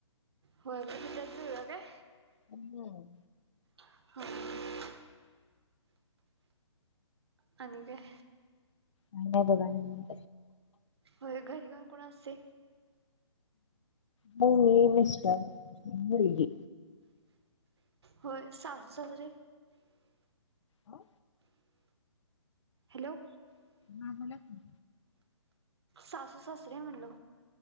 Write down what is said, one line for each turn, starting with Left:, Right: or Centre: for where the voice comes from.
Right: हाॅस्पिटल <unintelligible>
Left: हम्म
Right: ह <unintelligible> आणि काय
Left: पुन्हा बघण
Right: होय घरी कोण कोण असतय
Left: घरी मिस्टर असतात मुलगी
Right: होय सासू सासरे
Left: हं
Right: हॅलो
Left: हा बोला की
Right: सासु सासरे म्हणलं